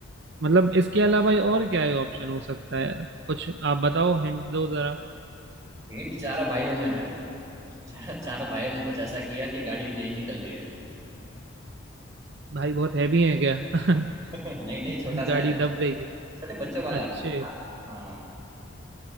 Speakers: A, on the right; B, on the right.
A: मतलब इसके अलावा और क्या है ऑप्शन हो सकता है यार कुछ आप बताओ हिंट दो जरा
B: हिंट चारों भाइयों में है चार, चारों भाइयों ने कुछ ऐसा किया कि गाड़ी नहीं निकल रही है
A: भाई बहुत हैवी है क्या <laughs>
B: <laughs> नहीं नहीं छोटा सा
A: गाड़ी
B: है
A: दब गई है
B: छोटे बच्चों वाला
A: अच्छे
B: है हाँ हाँ